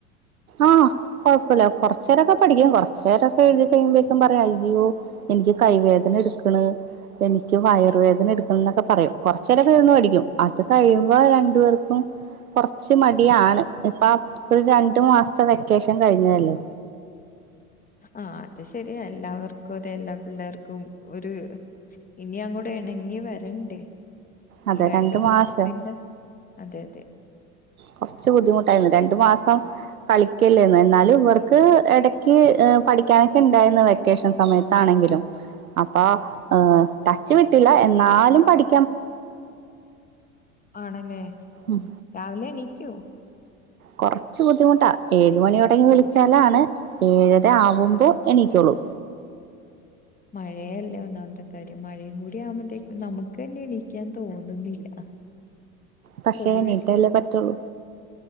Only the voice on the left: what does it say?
ആ അത് ശരിയാ എല്ലാവർക്കും അതെ എല്ലാ പിള്ളേർക്കും ഒരു ഇനി അങ്ങോട്ട് ഇണങ്ങി വരണ്ടേ
ഈ രണ്ടു മാസത്തിന്റെ
അതെ അതെ
ആണല്ലേ
രാവിലെ എണീക്കോ
മഴയയല്ലേ ഒന്നാമത്തെ കാര്യം മഴയും കൂടി ആവുമ്പത്തേക്കും നമുക്ക് തന്നെ എണിക്കാൻ തോന്നുന്നില്ല
പൊതുവെ